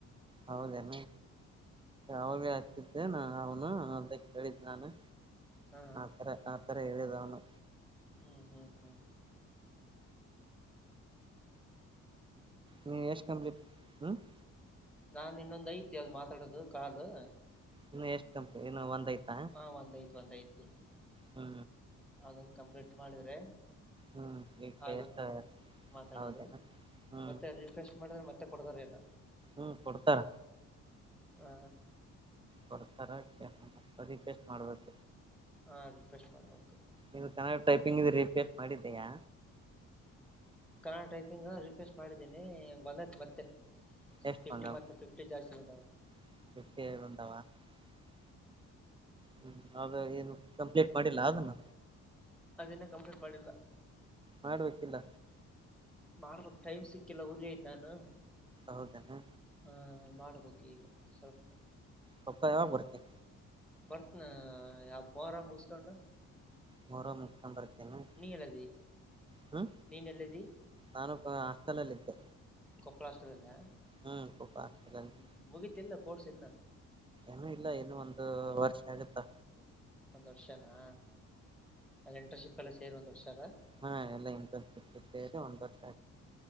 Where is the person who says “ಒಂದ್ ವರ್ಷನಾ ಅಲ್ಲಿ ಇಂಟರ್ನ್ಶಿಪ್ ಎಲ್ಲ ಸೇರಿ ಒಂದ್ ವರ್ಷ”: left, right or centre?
Centre